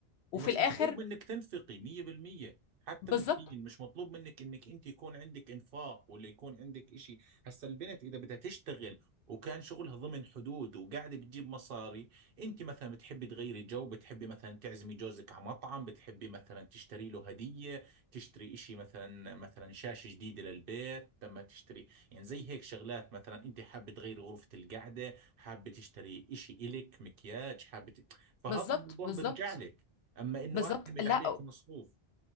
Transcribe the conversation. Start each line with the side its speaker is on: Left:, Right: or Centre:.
Left: وفي
Right: ومش
Left: الاخر
Right: مطلوب منك تنفقي 100% حتى
Left: بالظبط
Right: بالدين مش مطلوب منك انك انت يكون عندك انفاق ولا يكون عندك اشي هسا البنت اذا بدها تشتغل وكان شغلها ضمن حدود وقاعده بتجيب مصاري انت مثلا بتحبي تغيري جو بتحبي مثلا تعزمي جوزك على مطعم بتحبي مثلا تشتري له هديه تشتري اشي مثلا مثلا شاشه جديده للبيت لما تشتري يعني زي هيك شغلات مثلا انت حابه تغيري غرفه القعده حابه تشتري اشي الك مكياج حابه ت- فهذا
Left: بالظبط
Right: الموضوع
Left: بالظبط
Right: بيرجع لك اما انه
Left: بالظبط
Right: اعتمد
Left: لا
Right: عليه كمصروف